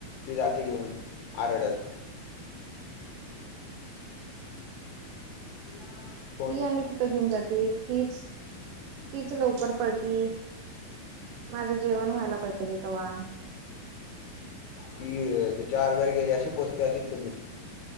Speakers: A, on the left; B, on the right.
A: ती जाते कि घेऊनहा रडत. <inaudible>
B: ती आणि कुठे घेऊन जाते तीच तीच लवकर पळती. माझं जेवण व्हायला पाहिजे त वा.
A: ती ती चार वेर गेली अशी पोहोचते अशी तुम्ही